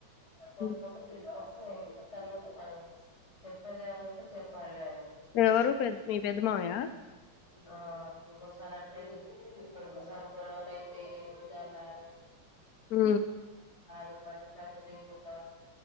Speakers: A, on the left; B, on the left.
A: కొట్టుకుంట్రు
B: హ్మ్.
A: <inaudible> తర్వాత మనం చెప్పేదేమన్న టే చెప్పాలి గానీ
B: ఎవరు పెద్ మీ పెద్ద మామయ్య
A: ఆ ఇంగోసార్ అట్ట్నే ఇంగోసార్ గొడవలైత్ <inaudible> తెగే ఉల్ల బాలచం
B: ఆ
A: ఆడు మనశ్శాంతి లేకుండా